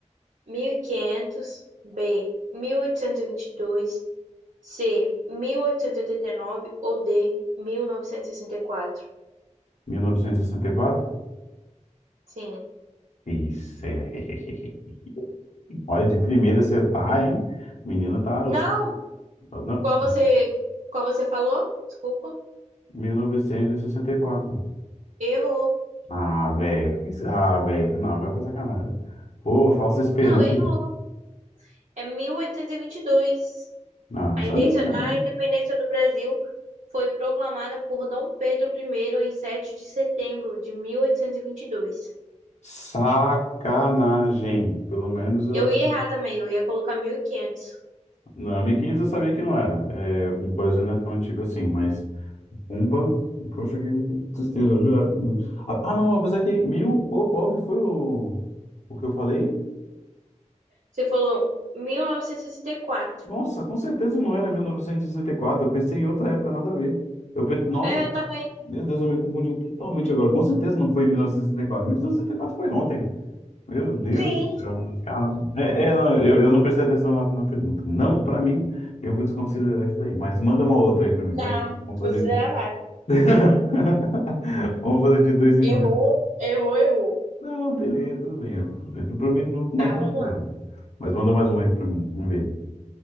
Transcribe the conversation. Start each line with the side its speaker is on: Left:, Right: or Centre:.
Right: 1500, B, Mil oitocentos e e vinte e dois, C, Mil oitocentos e e oitenta e nove ou D, Mil novecentos e e sessenta e quatro.
Left: mil novecentos e e sessenta e quatro
Right: Sim.
Left: Isso é. <laughs> Olha, de primeira você tá, hein? O menino tá.
Right: Não!
Left: Não,
Right: Qual você, qual você falou? Desculpa.
Left: mil novecentos e sessenta e quatro
Right: Errou.
Left: Ah, velho. Por que você... Ah, velho. Não, vai pra sacanagem. Pô, falsa esperança.
Right: Não, errou. É mil oitocentos e e vinte e dois.
Left: Não, não
Right: A
Left: sabia,
Right: indência-
Left: disso,
Right: a
Left: não.
Right: independência do Brasil foi proclamada por Dom Pedro I em 7 de setembro de 1822.
Left: Sacanagem. Pelo menos eu
Right: Eu ia errar também, eu ia colocar 1500.
Left: na Não, 1500 eu sabia que não era. É, o Brasil não é tão antigo assim, mas Pumba, poxa, que tristeza, eu juro. Ah, ah, não, apesar que mil, qual, qual que foi o, o que eu falei?
Right: Você falou 1964.
Left: Nossa, com certeza não era mil novecentos e e sessenta e quatro eu pensei em outra época, nada a ver. Eu, pe- nossa,
Right: É, eu também.
Left: meu Deus, eu me confundi totalmente agora. Com certeza não foi em mil novecentos e sessenta e quatro mil novecentos e sessenta e quatro foi ontem. Meu Deus
Right: Sim,
Left: do céu. Caramba. É, é, não, eu, eu não prestei atenção na, na pergunta. Não, pra mim, eu vou desconsiderar isso daí. Mas manda uma outra aí pra mim,
Right: não,
Left: vai.
Right: não
Left: Vamos fazer.
Right: considerar nada.
Left: <laughs> Vamos fazer de dois em
Right: Errou,
Left: dois.
Right: errou, errou.
Left: Não, beleza, tudo bem. Tudo bem. Pra mim, não, não
Right: Tá,
Left: tem
Right: vamos
Left: problema.
Right: lá.
Left: Mas manda mais uma aí pra mim, vamos ver.